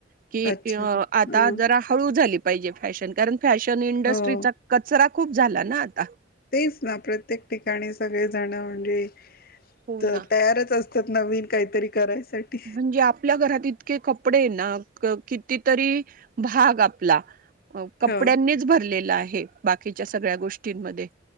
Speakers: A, on the right; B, on the left.
A: कि
B: अच्छा
A: आता
B: ह
A: जरा हळू झाली पाहिजे फॅशन कारण फॅशन इंडस्ट्रीचा
B: हो
A: कचरा खूप झालं ना आत
B: तेच ना प्रत्येक ठिकाणी सगळेजण म्हणजे
A: हो
B: तयारच
A: ना
B: असत नवीन काहीतरी करायसाठी
A: म्हणजे आपल्या घरात इतके कपडे ना कि कितीतरी भाग आपला कपड्यांनीच
B: ह
A: भरलेला आहे. हे बाकीच्या सगळ्या गोष्टींमध्ये